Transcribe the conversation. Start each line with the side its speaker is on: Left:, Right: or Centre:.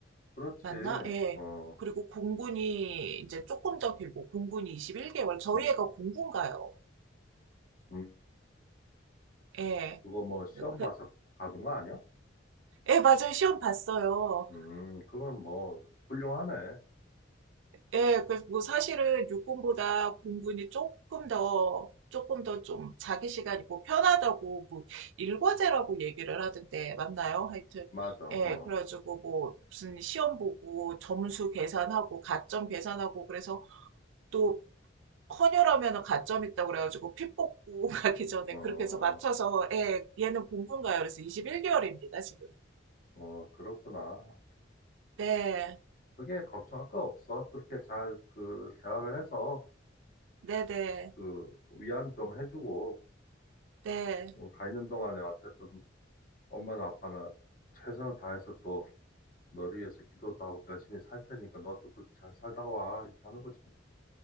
Left: 그렇지.
Right: 맞나? 예.
Left: 어,
Right: 그리고 공군이 이제 조금 더 길고 공군이 21개월. 저희
Left: 음.
Right: 애가 공군가요.
Left: 음.
Right: 예.
Left: 그거 뭐 시험
Right: 그,
Left: 봐서 가는 거 아니야?
Right: 예, 맞아요. 시험 봤어요.
Left: 음, 그러면 뭐 훌륭하네.
Right: 예, 그래서 뭐 사실은 육군보다 공군이 조금 더 조금 더 좀 자기 시간이 고 편하다고 뭐 일과제라고 얘기를 하던데 맞나요? 하여튼
Left: 맞아. 어,
Right: 예, 그래가지고 뭐 무슨 시험 보고 점수 계산하고 가점 계산하고 그래서 또 헌혈하면은 가점 있다고 그래가지고 피 뽑고 <laughs> 가기 전에
Left: 어,
Right: 그렇게 해서 맞춰서 예, 얘는 본분가요? 그래서 21개월입니다, 지금.
Left: 어, 그렇구나.
Right: 네,
Left: 그게 걱정할 거 없어. 그렇게 잘 그 대화를 해서
Right: 네, 네,
Left: 그 위안 좀 해주고
Right: 네,
Left: 어, 가 있는 동안에 어쨌든 엄마나 아빠나 최선을 다해서 또 너를 위해서 기도도 하고 열심히 살 테니까 너도 그렇게 잘 살다가 와 이렇게 하는 거지. 뭐.